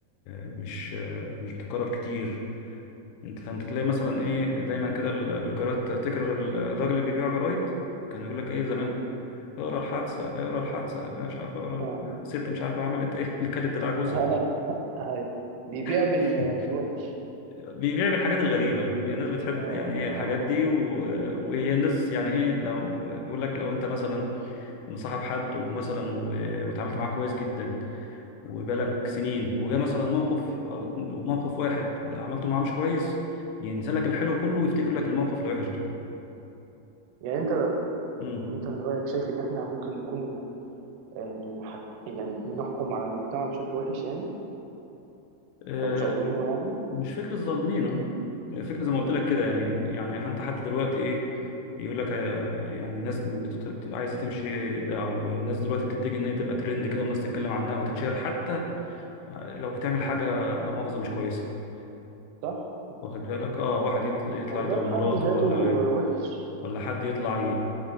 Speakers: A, on the left; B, on the right.
A: آه، مش آه، مش بتتكرر كتير انت فانت تلاقي مثلا ايه دايما كده ال- الجرايد تفتكر ال- الراجل اللي بيبيع جرايد كان بيقول لك ايه زمان
B: مم.
A: اقرا الحادثه اقرا الحادثه مش عارف اقرا
B: آه.
A: ال- الست مش عارفه عملت ايه <laughs> اللي كانت دراع
B: <laughs>
A: جوزها
B: أيوة. بيبيع بال...
A: <laughs>
B: بالوحش
A: بيبيع بالحاجات الغريبه يعني الناس بتحب
B: اه
A: دي يعني ايه
B: اه اه
A: الحاجات دي و...
B: آه.
A: وهي الناس يعني ايه لو بيقول لك لو انت مثلا مصاحب حد ومثلا و... وتعاملت معاه كويس جدا وبقالك
B: مم.
A: سنين وجا مثلا موقف او اتن- موقف واحد عملته معاه مش كويس ينسى لك الحلو كله ويفتكر لك الموقف الوحش
B: يعني انت
A: ده
B: يعني انت من رأيك شايف ان احنا ممكن نكون يعني حك... يعني بنحكم على المجتمع بشكل وحش يعني
A: آه،
B: او ظالمينه يعني
A: مش فكرة ظالمينه فكرة زي ما
B: مم.
A: قلت لك كده يعني يعني انت حتى دلوقتي ايه يقول لك آه، يعني ناس بتت... عايزه تمشي ده او الناس دلوقتي بتتجه ان هي تبقى ترند كده والناس تتكلم عنها وتتشهر حتى لو بتعمل حاجه لا مؤاخذه مش كويسه
B: صح
A: واخد بالك اه واحد يطلع, يطلع
B: ما هو
A: يضرب
B: ده في
A: مراته
B: حد ذاته
A: ولا
B: وحش
A: ولا حد يطلع ي...